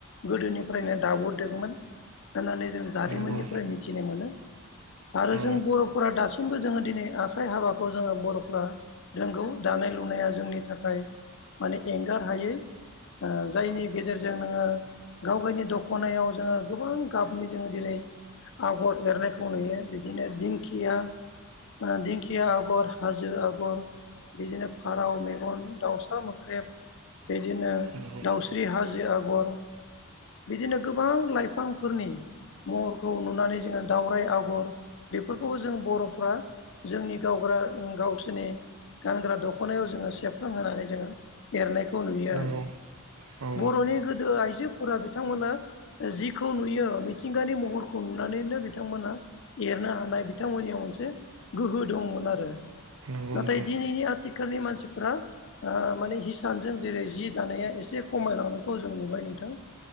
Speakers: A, on the left; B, on the right.
A: गोदोनिफ्रायनो दाबोदोंमोन होननानै जों जारिमिननिफ्राय
B: नंगौ
A: मिथिनो मोनो आरो
B: औ
A: जों बर'फोरा दासिमबो जोङो दिनै आखाइ हाबाखौ जोङो बर'फ्रा रोंगौ दानाय लुनाया जोंनि थाखाय माने एंगार हायै ओ जायनि गेजेरजों नोङो गाव गावनि दख'नायाव जोङो गोबां गाबनि जोङो दिनै आगर एरनायखौ नुयो बिदिनो दिंखिया दिंखिया आगर हाजो आगर बिदिनो फारौ मेगन दाउसा मोख्रेब बिदिनो
B: नंगौ
A: दाउस्रि हाजो आगर बिदिनो गोबां लाइफांफोरनि महरखौ नुनानै जोङो दावराय आगर बेफोरखौबो जों बर'फ्रा जोंनि गावग्रा गावसोरनि गानग्रा दख'नायाव जोङो सेबखां होनानै जोङो एरनायखौ नुयो
B: नंगौ
A: आरो
B: औ
A: बर'नि गोदो आइजोफोरा बिथांमोना जिखौ नुयो मिथिंगानि महरखौ नुनानैनो बिथांमोना एरनो हानाय बिथांमोननियाव मोनसे गोहो दंमोन आरो
B: नंगौ
A: नाथाय
B: नोंथां
A: दिनैनि आथिखालनि मानसिफोरा ओ माने हिसानजों जेरै जि दानाया एसे खमायलांनायखौ जों नुबाय नोंथां